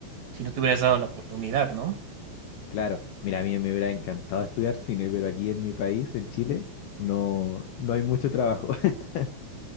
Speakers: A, on the right (about 70°); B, on the left (about 75°).
A: si no te hubieras dado la oportunidad, ¿no?
B: claro. Mira, a mí me hubiera encantado estudiar cine, pero aquí en mi país, en Chile, no, no hay mucho trabajo. <laughs>